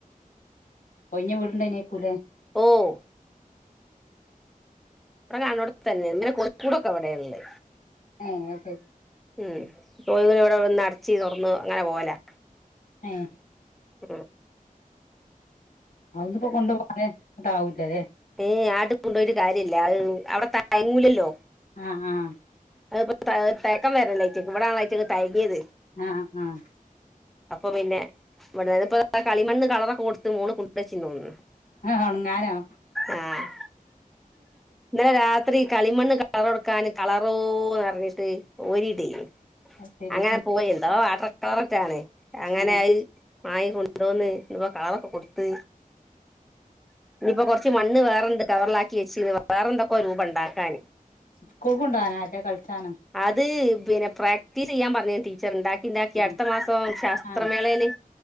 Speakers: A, on the left (about 70°); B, in the centre.
A: ഒഴിഞ്ഞ വീട് ഇണ്ടായ്‌നേക്കൂലേ
B: ഓഹ് ഇവടെ കാണോട്തന്നെ ഇന്ന് കൊയ്ക്കൂടൊക്ക അവ്ടെ ഇള്ളെ
A: ഏഹ് അഹ് ശരി
B: ഉം ഒന്നിനോടെ വന്ന് അടച്ചി തൊറന്ന് അങ്ങനെ പോവലാ
A: ഏഹ്
B: ആഹ്
A: അതൊന്നിപ്പം കൊണ്ടോവാന് ഇങ്ങട്ടാവൂല്ലല്ലേ
B: ഏഹ് അത് കൊണ്ടോയ്ട്ട് കാര്യല്ല അഹ് അവടെ തയങ്ങൂലല്ലോ
A: ആഹ് ആഹ്
B: അത്പ്പ തഹ് തയക്കം വെരല്ലയ്റ്റേക്കും ഇവടാണല്ലോ അയ്റ്റക്ക് തഴകിയത്
A: ആഹ് ആഹ്
B: അപ്പം പിന്നെ ഇവടെതാപ്പം ഇതാ കളിമണ്ണ് കളറൊക്ക കൊട്ത്ത് മോള് കൊണ്ട് വെച്ചീ തോന്ന്ണ്
A: ഒണങ്ങാനോ?
B: ആഹ് ഇന്നലലെ രാത്രി കളിമണ്ണ് കളറൊട്ക്കാന് കളറോന്ന് പർഞ്ഞ്ട്ട് ഓരിടയ്നിം
A: അത് ശരി
B: അങ്ങനെ പോയ് എന്തോ വാട്ടർ കളറൊക്കാണ് അങ്ങനെ
A: ഏഹ്
B: അഹ് വാങ്ങി കൊണ്ടോന്ന് ഇപ്പ കളറൊക്ക കൊട്ത്ത് ഇനിപ്പ കൊറച്ച് മണ്ണ് വേറെന്ത് കവർലാക്കി വെച്ചിണ് വേറെന്തൊക്കൊരൂപം ഒണ്ടാക്കാന്
A: സ്കൂൾക്ക് കൊണ്ടവാനാ ആരടെ കളിച്ചാനോ
B: അത് പിന്ന പ്രാക്ടീസ് ചെയ്യാൻ പറഞ്ണ് ടീ ച്ചർ ഇണ്ടാക്കി ഇണ്ടാക്കി
A: ആഹ്
B: അട്ത്ത മാസം ശാസ്ത്രമേളേല്
A: ആഹ്